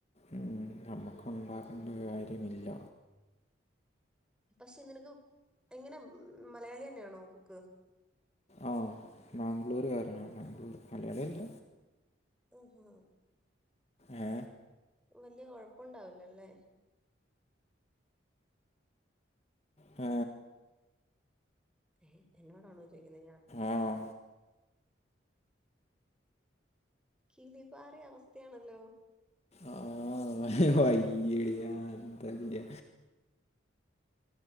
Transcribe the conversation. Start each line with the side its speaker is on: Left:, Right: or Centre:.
Left: ഉം നമുക്കുണ്ടാക്കണ്ട കാര്യമില്ല
Centre: പക്ഷെ നിനക്ക് എങ്ങനെ മലയാളി തന്നെയാണോ കുക്ക്
Left: ആ ബാംഗ്ലൂര് കാരനാണ് മലയാളി അല്ല
Centre: അ ഹാ
Left: ഏ
Centre: വലിയ കൊഴപ്പിണ്ടാവില്ല അല്ലേ
Left: ആ
Centre: ഏ എന്നോടാണോ ചോയിക്കുന്നേ ഞാ
Left: ആ
Centre: കീളി പാറിയ അവസ്ഥയാണല്ലോ
Left: ആ വയ്യ ആ <unintelligible> വതിയ